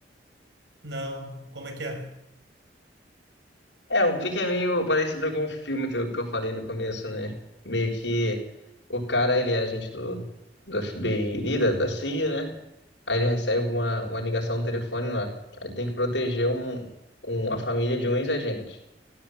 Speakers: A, on the right; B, on the left.
A: Não, como é que é?
B: É, o que que é meio parecido com o filme que eu, que eu falei no começo, né? Meio que o cara, ele é agente do, do FBI, da, da CIA, né? Aí ele recebe uma, uma ligação no telefone lá. Aí tem que proteger um, um, a família de um ex-agente.